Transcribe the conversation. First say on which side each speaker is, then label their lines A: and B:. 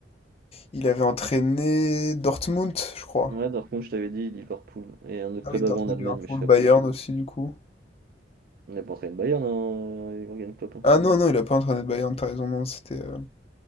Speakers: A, on the left (about 35°); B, on the right (about 50°).
A: Il avait entraîné Dortmund, je crois.
B: Ouais, Dortmund, je t'avais dit Liverpool. Et un autre
A: Ah
B: club
A: oui, Dortmund,
B: avant en Allemagne,
A: Liverpool,
B: mais je sais
A: Bayern
B: plus.
A: aussi, du coup.
B: On est pas entraîné le Bayern, hein, Jürgen Klopp. Hein.
A: Ah non, non, il a pas entraîné le Bayern, t'as raison, non, c'était... euh,